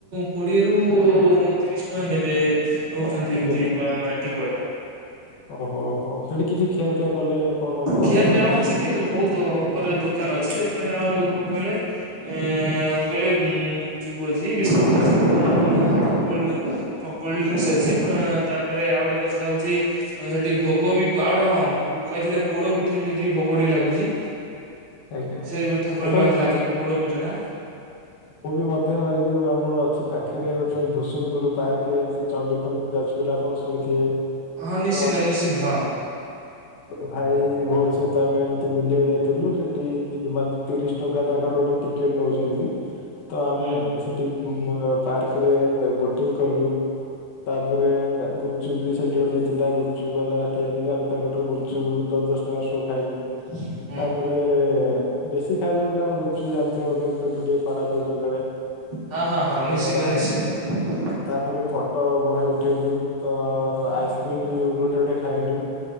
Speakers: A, on the right (about 20°); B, on the left (about 75°).
A: କୋଡିଏରୁ ତିରିଶ ଟଙ୍କା ନେବେ। ନଉଛନ୍ତି
B: ଟିକେଟ
A: ଏମତି ମାନେ ଟିକଟ ଟା।
B: ଓହୋ ହୋ ସେଠି କିଛି ଖିଆପିଆ କଲେ କଣ ଭଲ
A: ଖିଆ ପିଆ
B: ଲାଗିଲା?
A: ହଁ ସେଠି ବହୁତ ଉପରେ ଦୋକାନ ଅଛି। ଯେପରି ଆଉ କଣ କହିଲେ ଏ କହିଲେ ଗୁପଚୁପ ଅଛି, ବିସ୍କୁଟ ଅଛି। <unintelligible> ହଁ କୋଲଡ୍ରିଙ୍କସ୍ ଅଛି। ତାପରେ ଆଉ ଗୋଟେ କଥା ହଉଛି ସେଠି ଭୋଗ ବି ଆଉ ଗଟେ ହଁ ଓ କହିଥିଲେ ପୋଡ ପିଠା ବି ସେଠି ଭୋଗ ଟିକେ ଲାଗୁଚି।
B: ଆଜ୍ଞା ଆଜ୍ଞା
A: ସେ ଠାକୁରଙ୍କ
B: ଦେଖନ୍ତୁ
A: ପାଖରେ ଲାଗେ ପୋଡ ପିଠା ଟା।
B: ମୁଁ ବି ମଧ୍ୟ ଏଇ ଯୋଉ ଆମର ଅଛି ପାଖରେ ଗୋଟେ ଭୁସୁନପୁର ପାର୍କ ଏମିତି ଚଣ୍ଡିଖୋଲ ଯାଜପୁର ଆପଣ ଶୁଣିଥିବେ।
A: ହଁ ନିଶ୍ଚିନ୍ତ
B: ତ
A: ନିଶ୍ଚିନ୍ତ ହଁ।
B: ଭାଇ ଭଉଣୀ ସହିତ ଆମେ ଏମତି ବୁଲିବାକୁ ଯାଇଥିଲୁ ସେଠି ମ ତିରିଶ ଟଙ୍କା ତାଙ୍କର ଗୋଟେ ଟିକେଟ ନେଉଛନ୍ତି, ତ ଆମେ
A: ହୁଁ
B: ସେଠି ପାର୍କରେ ବୋଟିଂ କଲୁ। ତାପରେ ଗୁପଚୁପ ବି ସେଠି ଗୋଟେ ଥିଲା। ଗୁପଚୁପ ବାଲା ଠିଆ ହେଇଥିଲା। ତାର ଗୋଟେ ଗୁପଚୁପ ଦଶ ଦ ଟଙ୍କା ରେ ସବୁ ଖାଇଲୁ।
A: <inaudible>
B: ତାପରେ ବେଶୀ ଖାଇଲୁନି। କାରଣ ଗୁପଚୁପ୍ ଜାଣିଥିବ ପେଟ ଟିକେ ଖରାପ ହେଇଯିବ କାଳେ।
A: ହଁ ହଁ ହଁ ନିଶ୍ଚିନ୍ତ
B: ତ ତା
A: ନିଶ୍ଚିନ୍ତ।
B: ତାପରେ ଫଟୋ ବହେ ଉଠେଇଲୁ। ତ ଆଇସ୍କ୍ରିମ୍ ବି ଗୋଟେ ଗୋଟେ ଖାଇଲୁ।